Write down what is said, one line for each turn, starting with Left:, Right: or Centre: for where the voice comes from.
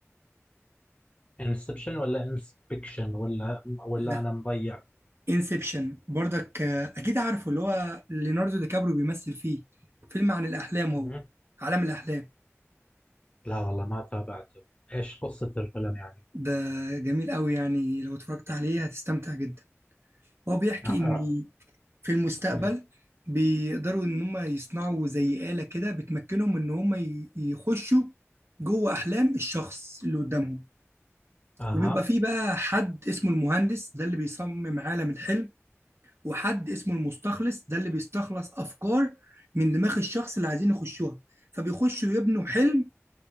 Left: انسبشن ولا انسبكشن ولا ولا
Right: لا
Left: انا مضيع؟
Right: انسبشن برضك آه، اكيد عارفه اللي هو ليوناردو دي كابريو بيمثل فيه فيلم عن الاحلام هو
Left: مم.
Right: عالم الاحلام
Left: لا والله ما تابعته ايش قصه الفيلم يعني؟
Right: ده جميل قوي يعني لو اتفرجت عليه هتستمتع جدا هو بيحكي
Left: آه، آه.
Right: ان في المستقبل
Left: مم.
Right: بيقدروا ان هم يصنعوا زي آلة كده بتمكنهم ان هم ي- يخشوا جوه احلام الشخص اللي قدامهم
Left: اها
Right: وبيبقى فيه بقى حد اسمه المهندس ده اللي بيصمم عالم الحلم وحد اسمه المستخلص ده اللي بيستخلص افكار من دماغ الشخص اللي عايزين يخشوها فبيخشوا يبنوا حلم